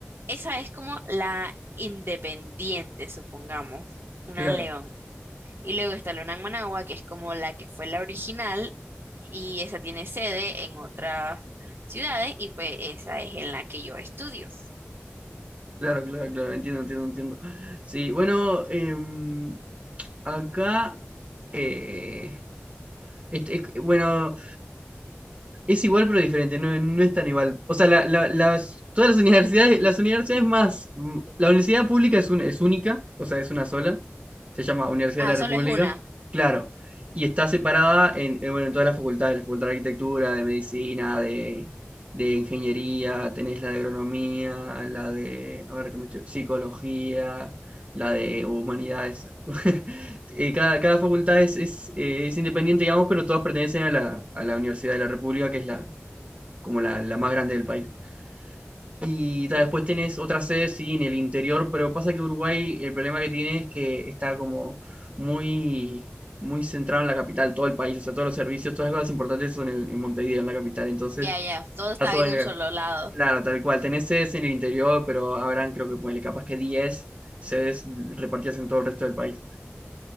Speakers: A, on the right; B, on the right.
A: esa es como la independiente, supongamos, una
B: claro,
A: en León. Y luego está la UNAM Managua, que es como la que fue la original y esa tiene sede en otras ciudades y pues esa es en la que yo estudio.
B: claro, claro, claro. Entiendo, entiendo, entiendo. Sí, bueno, em, acá. eh, Es- es- bueno, es igual pero diferente, no, no es tan igual. O sea, la- la- las, todas las universidades, las universidades más, mm, la universidad pública es, un- es única, o sea, es una sola, se llama Universidad
A: Ah,
B: de la República,
A: solo es una.
B: claro, y está separada en, eh, bueno, en todas las facultades, la facultad de arquitectura, de medicina, de, de ingeniería, tenés la de agronomía, la de, a ver, ¿qué me estoy- psicología, la de humanidades. <laughs> eh, cada, cada facultad es, es, eh, es independiente, digamos, pero todas pertenecen a la, a la Universidad de la República, que es la, como la, la más grande del país. Y ta,
A: Mm,
B: después tenés otras sedes, sí, en el interior, pero pasa que Uruguay, el problema que tiene es que está como muy, muy centrado en la capital, todo el país, o sea, todos los servicios, todas las cosas importantes son en, en Montevideo, en la capital, entonces
A: Ya, ya, todo
B: está
A: está
B: todo
A: en
B: en
A: un
B: la capital.
A: solo lado.
B: Claro, tal cual, tenés sedes en el interior, pero habrán, creo que, ponele, capaz que 10 sedes repartidas en todo el resto del país.